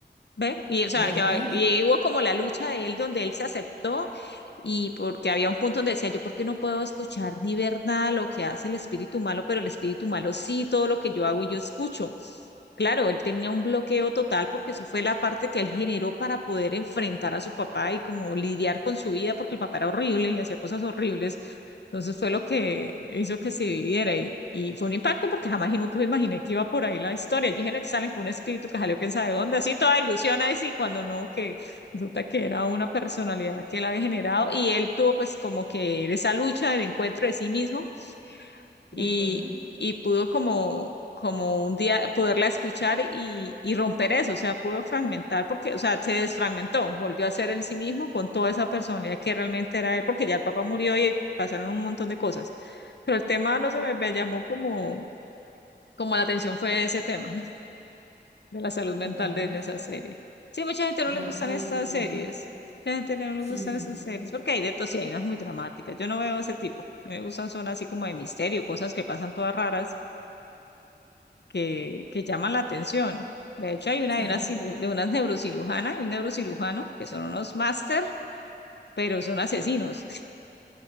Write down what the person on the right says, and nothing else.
vea
pues,
¿de acuerdo?
Vea pues,
vea
pues,
muy curioso.
Sí,
sí.